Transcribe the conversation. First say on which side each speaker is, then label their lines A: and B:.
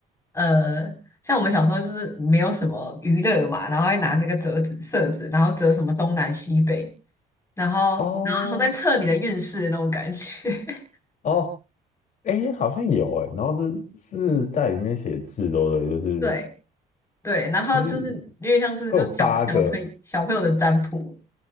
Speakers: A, on the left; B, on the left.
A: 呃，像我们小时候就是没有什么娱乐嘛，然后会拿那个折纸、色纸，然后折什么东南西北，然后然后还在测你的运势的那种感觉。
B: 哦哦，哎，好像有哎，然后是是在里面写字都的哦，就是
A: <laughs> 对对，然后就是有点像是就小小朋友小朋友的占卜。
B: 就是会有八个